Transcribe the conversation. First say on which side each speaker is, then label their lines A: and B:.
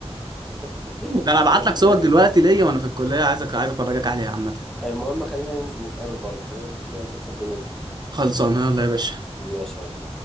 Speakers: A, in the centre; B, on the right.
A: <laughs>
B: ده انا هبعت لك صور دلوقتي ليا وانا في الكليه عايزك عايز افرجك عليها عامه
A: المهم خلينا ننزل نتقابل برضه خلينا ننزل كده نشوف الدنيا دي
B: خلصانه يلا يا باشا
A: ماشي يا معلم.